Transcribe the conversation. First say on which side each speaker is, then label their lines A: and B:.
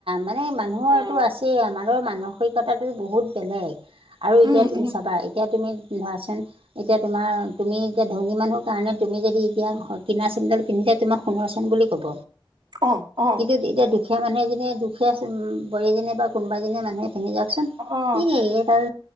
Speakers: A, on the right (about 80°); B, on the right (about 55°).
A: মানে মানুহৰটো
B: অ'।
A: আছে, আমাৰ ৰ মানসিকতাটো বহুত বেলেগ আৰু
B: উম
A: এতিয়া তুমি
B: উম
A: চাবা এতিয়া তুমি ধৰাচোন এতিয়া তোমাৰ তুমি এতিয়া ধনী মানুহ তানে তুমি যদি এতিয়া
B: উম
A: কিনা চেন ডাল পিন্ধিলে তোমাক সোণৰ চেন বুলি ক'ব।
B: অ অ
A: কিন্তু এতিয়া দুখীয়া মানুহ এজনিয়ে বা দুখীয়া বোৱাৰী এজনীয়ে বা কোনোবা এজনীয়ে মানুহে পিন্ধি যাওঁকচোন
B: অ
A: এ, এডাল